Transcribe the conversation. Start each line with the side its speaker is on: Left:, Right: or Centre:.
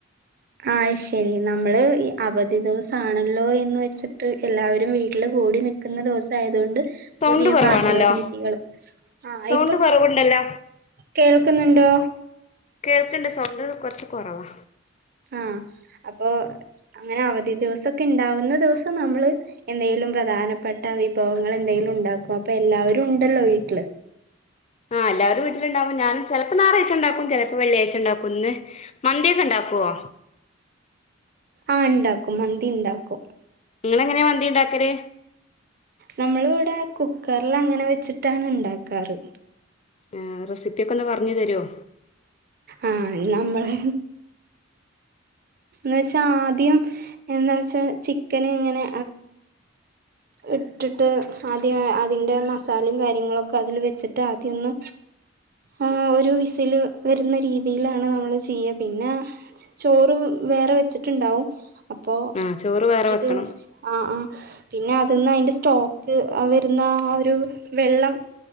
Right: ആഹ് ശരി നമ്മള് ഈ അവധി ദിവസാണല്ലോ എന്ന് വെച്ചിട്ട് എല്ലാവരും വീട്ടില് കൂടി നി ട്ടുന്ന ദിവസം ആയതുകൊണ്ട്
Left: സൗണ്ട്
Right: പുതിയ
Left: കൊറവാണല്ലോ
Right: പാചക രീതികളും ആ
Left: സൗണ്ട്
Right: ഇപ്പൊ
Left: കൊറവുണ്ടല്ലോ
Right: കേൾക്കുന്നുണ്ടോ?
Left: കേൾക്കുണ്ട്. സൗണ്ട് കുറച്ച് കുറവാ.
Right: ആഹ് അപ്പൊ അങ്ങനെ അവധി ദിവസൊക്കെ ഉണ്ടാവുന്ന ദിവസം നമ്മള് എന്തേലും പ്രധാനപ്പെട്ട വിഭവങ്ങൾ എന്തെലും ഉണ്ടാക്കോ അപ്പൊ എല്ലാവരും ഉണ്ടല്ലോ വീട്ടില്.
Left: ആഹ് എല്ലാവരും വീട്ടിലുണ്ടാവുമ്പോ ഞാനും ചിലപ്പോ ഞാറാഴ്ച ഉണ്ടാക്കും ചിലപ്പോ വെള്ളിയാഴ്ച്ച ഉണ്ടാക്കും. ഇന്ന് മന്തിയൊക്കെ ഉണ്ടാക്കുവോ?
Right: ആഹ്ഉണ്ടാക്കും. മന്തി ഉണ്ടാക്കും.
Left: നിങ്ങളെങ്ങനെയാ മന്തി ഉണ്ടാക്കല്?
Right: നമ്മൾ ഇവിടെ കുക്കറിൽ അങ്ങനെ വെച്ചിട്ടാണ് ഉണ്ടാക്കാറ്.
Left: ആ റെസിപ്പിയൊക്കെ ഒന്ന് പറഞ്ഞു തരുമോ?
Right: ആ നമ്മള് എന്ന് വച്ചാ ആദ്യം എന്താ വച്ചാ ചിക്കന് ഇങ്ങനെ ഇട്ടിട്ട് ആദ്യം അതിൻ്റെ മസാലയും കാര്യങ്ങളൊക്കെ അതിൽ വെച്ചിട്ട് ആദ്യം ഒന്ന് ആഹ് ഒരു വിസില് വരുന്ന രീതിയിലാണ് നമ്മള് ചെയ്യ പിന്ന. ച ചോറ് വേറെ വെച്ചിട്ടുണ്ടാവും അപ്പോ
Left: ആഹ് ചോറ് വേറെ വെക്കണം
Right: ഇത്. ആഹ് ആഹ് പിന്നെ അത് ന്ന് അയ്ന്റെ സ്റ്റോക്ക് അ വരുന്ന ആ ഒരു വെള്ളം.